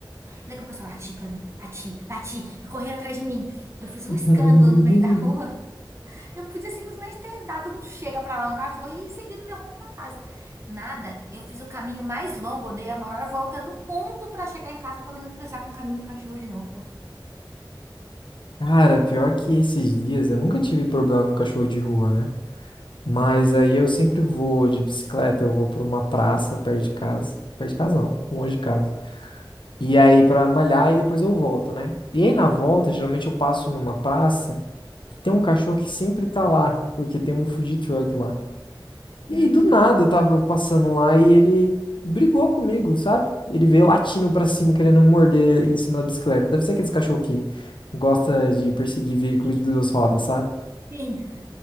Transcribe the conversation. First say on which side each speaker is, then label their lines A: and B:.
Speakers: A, on the right (about 35°); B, on the left (about 70°).
A: Ele começou a latir pra mim, latir, latir, e correr atrás de mim. Eu fiz
B: <laughs>
A: um escândalo no meio da rua. Eu podia simplesmente ter dado um chega pra lá no cachorro e seguido meu rumo pra casa. Nada, eu fiz o caminho mais longo, eu dei a maior volta do mundo pra chegar em casa pra mim não cruzar com o caminho do cachorro de novo.
B: Cara, pior que esses dias eu nunca tive problema com cachorro de rua, né? Mas aí eu sempre vou de bicicleta, eu vou pra uma praça perto de casa. Perto de casa não, longe de casa. E aí pra malhar e depois eu volto, né? E aí na volta, geralmente eu passo numa praça que tem um cachorro que sempre tá lá, porque tem um food truck lá. E
A: Hum.
B: aí do nada eu tava passando lá e ele brigou comigo, sabe? Ele veio latindo pra cima querendo me morder em cima da bicicleta. Deve ser aqueles cachorro que gosta de perseguir veículo de duas rodas, sabe?
A: Sim,